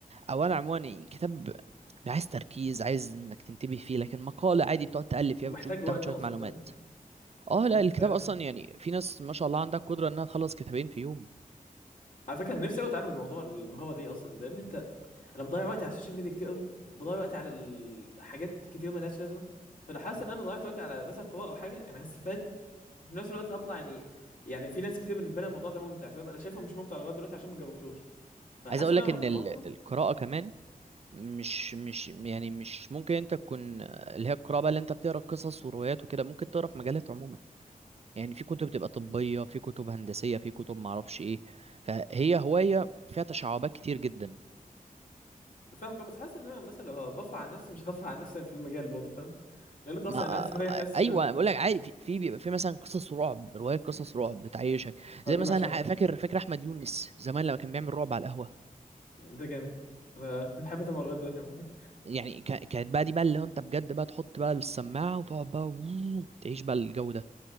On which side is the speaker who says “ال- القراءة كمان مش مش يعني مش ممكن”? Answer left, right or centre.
Right